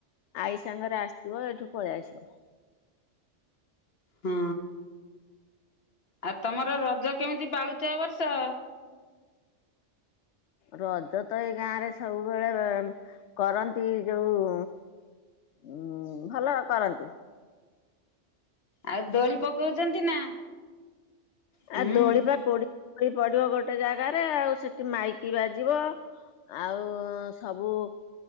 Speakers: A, on the left; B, on the left.
A: ଆଈ ସାଙ୍ଗରେ ଆସିଥିବ ଏଇଠୁ ପଳେଇ ଆସିବ।
B: ହୁଁ ଆଉ ତମର ରଜ କେମିତି ପାଳୁଚ ଏବର୍ଷ?
A: ରଜ ତ ଏଇ ଗାଁ ରେ ସବୁବେଳେ ବେ କରନ୍ତି ଯୋଉ ଉଁ ଭଲ କରନ୍ତି।
B: ଆଉ ଦୋଳି ପକଉଚନ୍ତି ନା? ହୁଁ
A: ଆ ଦୋଳି ପା କୋଡି ଳି ପଡିବ ଗୋଟେ ଜାଗାରେ ଆଉ ସେଠି ମାଇକି ବାଜିବ। ଆଉ ସବୁ